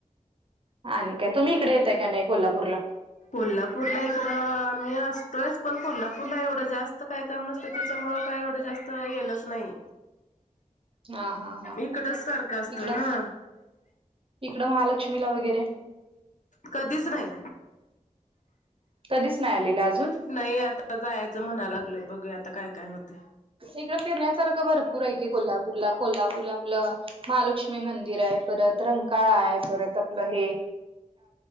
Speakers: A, on the right; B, on the left.
A: हा न काय तुम्ही इकडे येतय का नाही कोल्हापूरला
B: कोल्हापूरला इकडं आम्ी असतोच पण कोल्हापूरला एवढं जास्त काय म नसत त्याच्यामुळे काही एवढं जास्त येलच नाही
A: <inaudible> हा हा
B: इकडच सारखं असतं
A: इकडं
B: ना
A: इकडं महालक्ष्मीला वगैरे
B: कधीच नाही
A: कधीच नाही आलेला अजून
B: नाही आता जायचं म्हणा लागलय बघू आता काय काय होते
A: इकडं फिरण्यासारखं भरपूर आहे की गुलाब ूरला कोल्हापूर आपलं महालक्ष्मी मंदिर आहे परत रंकाळा आहे परत आपलं हे